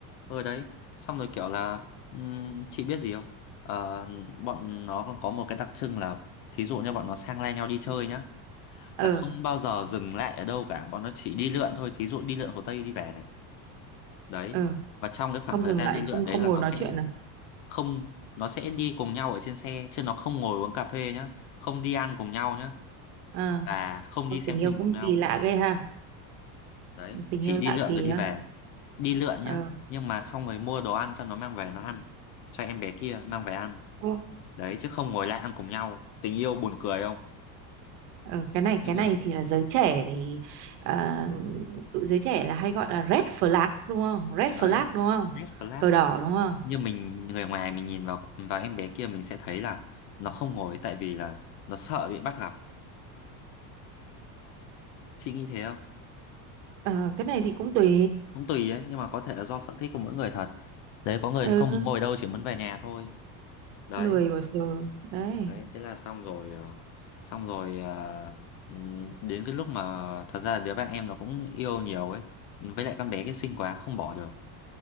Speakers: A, on the left; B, on the right.
A: Ờ đấy. Xong rồi kiểu là ừm, chị biết gì không? Ờ, bọn nó còn có một cái đặc trưng là thí dụ như bọn nó sang lai nhau đi chơi nhá
B: Ờ
A: là không bao giờ dừng lại ở đâu cả bọn nó chỉ đi lượn thôi thí dụ đi lượn Hồ Tây đi về này đấy
B: ờ
A: và trong cái
B: không
A: khoảng thời
B: dừng
A: gian
B: lại,
A: đi lượn
B: không
A: đấy
B: không
A: là
B: ngồi
A: nó
B: nói
A: sẽ
B: chuyện à?
A: không nó sẽ đi cùng nhau ở trên xe chứ nó không ngồi uống cà phê nhá không đi ăn cùng nhau nhá
B: Ờ,
A: và không đi xem
B: Tình
A: phim
B: yêu cũng
A: cùng nhau
B: kỳ lạ ghê ha.
A: đấy
B: tình
A: chỉ
B: yêu
A: đi
B: lạ
A: lượn
B: kỳ
A: rồi đi
B: á
A: về đi lượn
B: ờ
A: nhá nhưng mà xong rồi mua đồ ăn cho nó mang về nó ăn cho em bé kia mang về ăn
B: Ồ,
A: đấy chứ không ngồi lại ăn cùng nhau tình yêu buồn cười không
B: ờ, cái này
A: yêu
B: cái này
A: đương gì
B: thì là giới trẻ thì à, tụi giới trẻ là hay gọi là red flag đúng không red
A: đấy
B: flag đúng không
A: red flag
B: cờ đỏ đúng không
A: như mình người ngoài mình nhìn vào vào em bé kia mình sẽ thấy là nó không ngồi tại vì là nó sợ bị bắt gặp chị nghĩ thế không
B: Ờ, cái này thì cũng tùy
A: không tùy ấy nhưng mà có thể là do sở thích của mỗi người thật đấy có người
B: ừ,
A: không muốn ngồi đâu chỉ muốn về nhà thôi đấy
B: lười bỏ giờ đấy
A: đấy thế là xong rồi ờ, xong rồi ờ, ừm, đến cái lúc mà thật ra là đứa bạn em nó cũng yêu nhiều ấy với lại con bé kia xinh quá không bỏ được